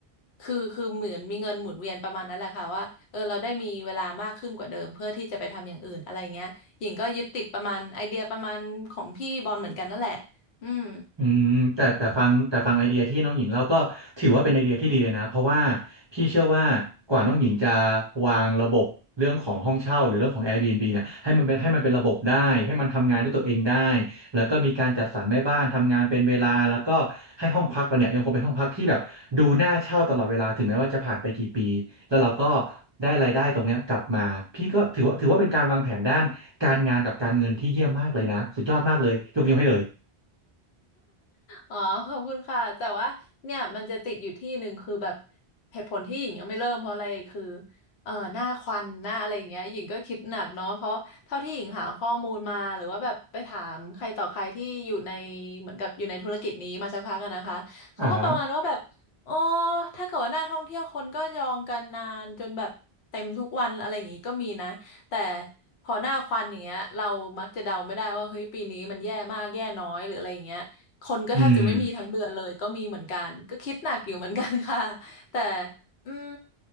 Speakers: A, on the left; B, on the right.
A: คือคือเหมือนมีเงินหมุนเวียนประมาณนั้นแหละค่ะว่าเออเราได้มีเวลามากขึ้นกว่าเดิมเพื่อที่จะไปทำอย่างอื่นอะไรเงี้ยหญิงก็ยึดติดประมาณไอเดียประมาณของพี่บอลเหมือนกันนั่นแหละอืม
B: อืมแต่แต่ฟังแต่ฟังไอเดียที่น้องหญิงเล่าก็ถือว่าเป็นไอเดียที่ดีเลยนะเพราะว่าพี่เชื่อว่ากว่าน้องหญิงจะวางระบบเรื่องของห้องเช่าหรือเรื่องของ Airbnb เนี่ยให้มันเป็นให้มันเป็นระบบได้ให้มันทำงานด้วยตัวเองได้แล้วก็มีการจัดสรรแม่บ้านทำงานเป็นเวลาแล้วก็ให้ห้องพักเราเนี่ยยังคงเป็นห้องพักที่แบบดูน่าเช่าตลอดเวลาถึงแม้ว่าจะผ่านไปกี่ปีแล้วเราก็ได้รายได้ตรงเนี้ยกลับมาพี่ก็ถือว่าถือว่าเป็นการวางแผนด้านการงานกับการเงินที่เยี่ยมมากเลยนะสุดยอดมากเลยยกนิ้วให้เลย
A: อ๋อขอบคุณค่ะแต่ว่าเนี่ยมันจะติดอยู่ที่หนึ่งคือแบบเหตุผลที่หญิงยังไม่เริ่มเพราะอะไรคือเอ่อหน้าควันหน้าอะไรอย่างเงี้ยหญิงก็คิดหนักเนาะเพราะเท่าที่หญิงหาข้อมูลมาหรือว่าแบบไปถามใครต่อใครที่อยู่ในเหมือนกับอยู่ในธุรกิจนี้มาสักพักกันนะคะเขาก็ประมาณว่าแบบโอ้
B: อ่าฮะ
A: ถ้าเกิดว่าหน้าท่องเที่ยวคนก็จองกันนานจนแบบเต็มทุกวันอะไรอย่างงี้ก็มีนะแต่พอหน้าควันอย่างเงี้ยเรามักจะเดาไม่ได้ว่าเฮ้ยปีนี้มันแย่มากแย่น้อยหรืออะไรอย่างเงี้ย คนก็แทบจะไม่มีทั้งเดือนเลยก็มีเหมือนกันก็คิดหนักอยู่เหมือนกันค่ะ
B: อืม
A: <laughs> แต่อืม